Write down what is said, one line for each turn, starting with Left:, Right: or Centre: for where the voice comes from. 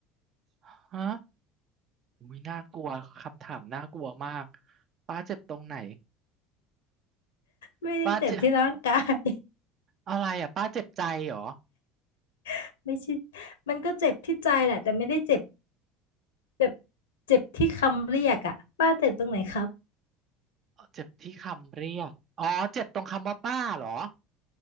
Right: ฮะอุ้ยน่ากลัวคำถามน่ากลัวมากป้าเจ็บตรงไหน
Left: ไม่ได้เจ็บที่ร่างกาย
Right: ป้าเจ็บอะไรอ่ะป้าเจ็บใจเหรอ
Left: <laughs> ไม่ใช่มันก็เจ็บที่ใจแหละแต่ไม่ได้เจ็บเจ็บเจ็บที่คำเรียกอ่ะป้าเจ็บตรงไหนครับ
Right: เอ่อเจ็บที่คำเรียกอ๋อเจ็บตรงคำว่าป้าเหรอ